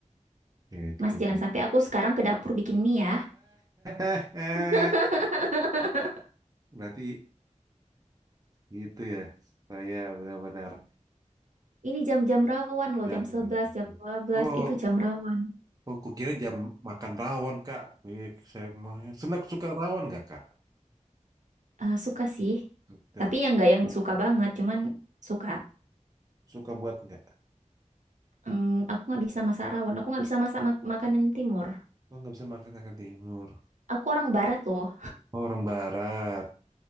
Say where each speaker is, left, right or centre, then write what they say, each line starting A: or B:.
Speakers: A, on the right (about 30°); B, on the right (about 70°).
A: Itu.
B: Mas, jangan sampai aku sekarang ke dapur bikin mie ya.
A: <laughs>
B: <laughs>
A: Berarti gitu ya. Saya benar-benar
B: Ini jam-jam rawan loh,
A: Nah,
B: jam
A: benar
B: 11, jam dua belas,
A: Oh,
B: itu jam rawan.
A: oh, kukira jam makan rawon, Kak. Wih, saya mau senang suka rawon nggak, Kak?
B: Eh, suka sih.
A: Suka,
B: Tapi yang nggak yang suka banget, cuman suka.
A: suka buat nggak?
B: Mm, aku nggak bisa masak rawan. Aku nggak bisa masak mak- makanan timur.
A: Oh, nggak bisa makan makan timur.
B: Aku orang barat loh.
A: Oh, orang barat.